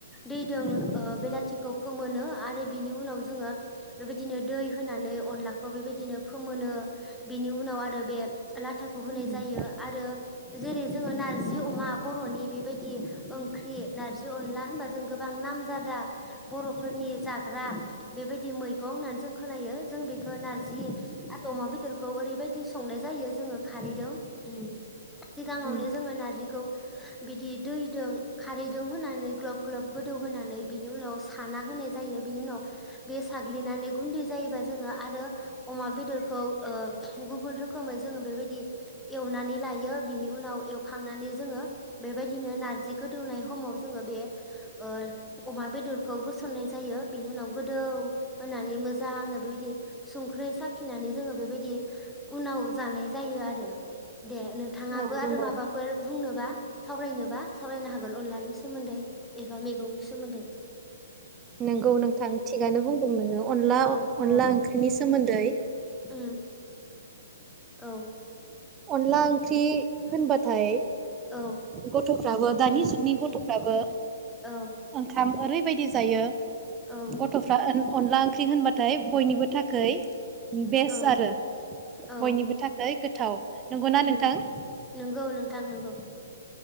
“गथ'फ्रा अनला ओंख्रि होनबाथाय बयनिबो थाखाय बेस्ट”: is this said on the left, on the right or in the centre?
Right